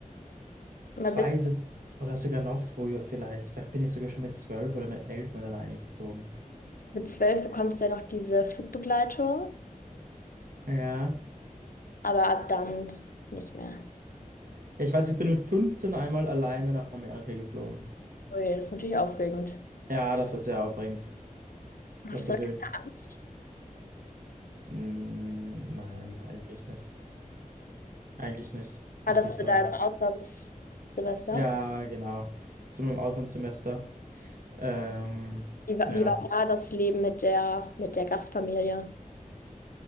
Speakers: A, on the left; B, on the right.
A: Mal
B: Ich weiß
A: bis
B: es. Oder sogar noch früher vielleicht. Vielleicht bin ich sogar schon mit zwölf oder mit elf mal alleine geflogen.
A: mit 12 bekommst du ja noch diese Flugbegleitung,
B: Ja.
A: aber ab dann nicht mehr.
B: Ich weiß, ich bin mit 15 einmal alleine nach Amerika geflogen.
A: Ui, das ist natürlich aufregend.
B: Ja, das war sehr aufregend.
A: Hattest
B: Das war
A: du da
B: wild.
A: keine Angst?
B: Mm, Nein, eigentlich nicht. Eigentlich nicht,
A: War
B: muss
A: das
B: ich sagen.
A: zu deinem Auslandssemester?
B: Ja, genau. Zu meinem Auslandssemester. Ähm,
A: Wie war,
B: ja,
A: wie war da das Leben mit der, mit der Gastfamilie?